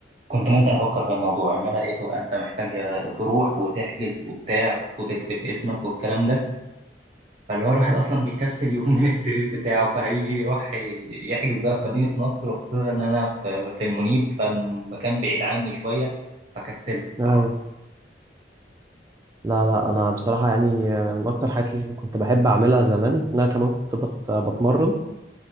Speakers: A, on the right; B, on the right.
A: كنت ممكن افكر في الموضوع انما لقيته انت محتاج تروح وتحجز وبتاع وتكتب اسمك والكلام ده فاللي هو الواحد اصلا بيكسل يقوم من السرير بتاعه فهيجي يروح يحجز بقى في مدينه نصر وخصوصا ان انا في في المنيب فالمكان بعيد عني شويه فكسلت الصراحه
B: ايوه لا لا انا بصراحه يعني آه، من اكتر الحاجات اللي كنت بحب اعملها زمان إن انا كمان كنت بت بتمرن